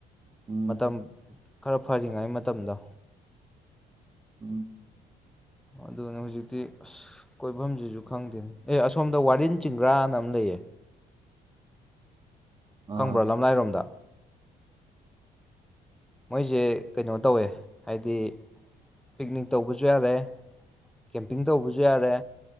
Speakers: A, on the right; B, in the centre.
A: ꯎꯝ
B: ꯃꯇꯝ ꯈꯔ ꯐꯔꯤꯉꯩ ꯃꯇꯝꯗꯣ
A: ꯎꯝ
B: ꯑꯗꯨꯅ ꯍꯧꯖꯤꯛꯇꯤ ꯑꯁ ꯀꯣꯏꯐꯝꯁꯤꯁꯨ ꯈꯪꯗꯦꯅꯤ ꯑꯦ ꯑꯁꯣꯝꯗ ꯋꯥꯟ ꯆꯤꯡꯒ꯭ꯔꯥꯅ ꯑꯃ ꯂꯩꯌꯦ
A: ꯑꯥ
B: ꯈꯪꯕ꯭ꯔꯥ ꯂꯝꯂꯥꯏꯔꯣꯝꯗ ꯃꯣꯏꯁꯦ ꯀꯩꯅꯣ ꯇꯧꯋꯦ ꯍꯥꯏꯗꯤ ꯄꯤꯛꯅꯤꯛ ꯇꯧꯕꯁꯨ ꯌꯥꯔꯦ ꯀꯦꯝꯄꯤꯡ ꯇꯧꯕꯁꯨ ꯌꯥꯔꯦ